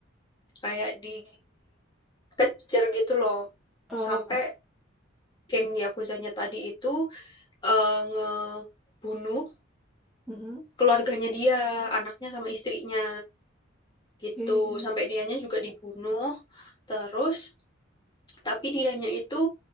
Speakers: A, on the left; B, in the centre.
A: kayak di kejar gitu loh
B: Oh,
A: sampai geng Yakuzanya tadi itu eh, ngebunuh
B: mm-mm.
A: keluarganya dia, anaknya sama istrinya gitu.
B: Oke.
A: Sampai dianya juga dibunuh. Terus tapi dianya itu